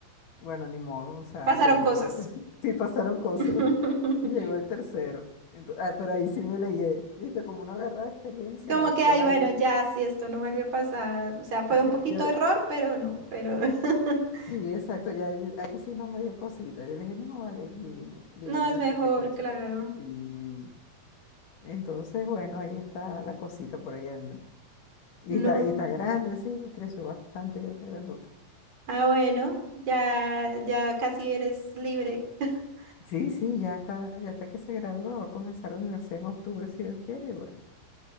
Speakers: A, on the left (about 60°); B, on the right (about 45°).
A: bueno, ni modo, o sea,
B: Pasaron
A: llegó,
B: cosas.
A: <laughs> sí pasaron cosas,
B: <laughs>
A: y llegó el tercero. Ento- ah, pero ahí sí me leí, ¿viste? Como uno agarra experiencia
B: Es como que,
A: con
B: ay,
A: la
B: bueno,
A: vida.
B: ya, si esto no vuelve a pasar, o sea, fue
A: Sí,
B: un poquito
A: yo,
B: error, pero no, pero <laughs>
A: Sí, exacto, ya ahí, ahí sí no me dio cosita. Yo le dije, no, vale, lígueme, lígueme,
B: no es mejor,
A: porque cónchale.
B: claro,
A: Y entonces, bueno, ahí está la cosita por ahí anda. Y
B: no.
A: está, y está grande, sí, creció bastante, ya está grandote.
B: Ah, bueno, ya, ya casi eres libre. <laughs>
A: Sí, sí, ya está, ya está que se gradúa, va a comenzar la universidad en octubre, si Dios quiere, y bueno.